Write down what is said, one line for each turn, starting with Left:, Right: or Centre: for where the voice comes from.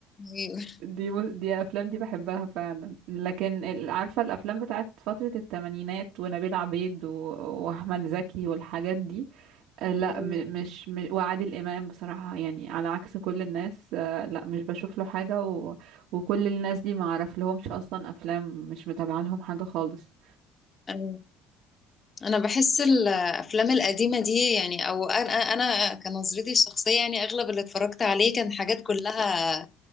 Left: ايوه
Right: دي م- دي افلام دي بحبها فعلا لكن ال- عارفه الافلام بتاعت فتره الثمانينات ونبيل عبيد و- واحمد زكي والحاجات دي آه، لا
Left: ايوه
Right: م- مش م- وعادل امام بصراحه يعني على عكس كل الناس آه، لا مش بشوف له حاجه و... وكل الناس دي ما اعرف لهمش اصلا افلام مش متابعه لهم حاجه خالص
Left: ايوه انا بحس الافلام القديمه دي يعني او انا انا كنظرتي الشخصيه يعني اغلب اللي اتفرجت عليه كان حاجات كلها